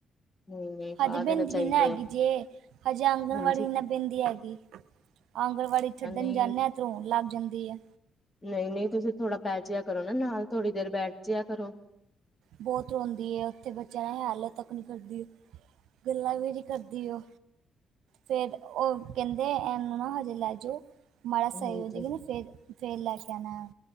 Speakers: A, on the left; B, on the right.
A: ਨਈ-ਨਈ
B: ਹਜੇ
A: ਪਾ ਦੇਣਾ
B: ਬੇਂਦੀ ਨੀ
A: ਚਾਹੀਦਾ
B: ਨਾ ਹੇਗੀ ਜੇ, ਹਜੇ ਆਂਗਨਵਾੜੀ
A: ਹਾਂਜੀ
B: ਨੀ ਨਾ ਬੇਂਦੀ ਹੈਗੀ। ਆਂਗਣਵਾੜੀ ਛੱਡਣ
A: ਨਹੀਂ
B: ਜਾਂਣਾ ਏ ਤੇ ਰੋਣ ਲੱਗ ਜਾਂਦੀ ਐ।
A: ਨਈਂ ਨਈਂ, ਤੁਸੀਂ ਥੋੜ੍ਹਾ ਬਹਿ ਜਿਹਾ ਕਰੋ ਨਾ ਨਾਲ ਥੋੜ੍ਹੀ ਦੇਰ ਬੈਠ ਜਿਆ ਕਰੋ।
B: ਬੋਤ ਰੋਂਦੀ ਏ ਉੱਥੇ ਬੱਚਿਆਂ ਨਾਲ ਹੈ ਲੋ ਤੱਕ ਨ੍ਹੀਂ ਕਰਦੀ ਐ। ਗੱਲਾਂ ਵੀ ਨੀ ਕਰਦੀ ਓ। ਫੇਰ ਓ ਕੇੰਦੇ ਏਨੂੰ ਨਾ ਹਜੇ ਲੈ ਜੋ ਮਾੜਾ
A: ਹਾਂਜੀ।
B: ਸਈ ਹੋ ਜੇਗੀ ਨਾ ਫੇ ਫੇਰ ਲੈ ਕੇ ਆਨਾ।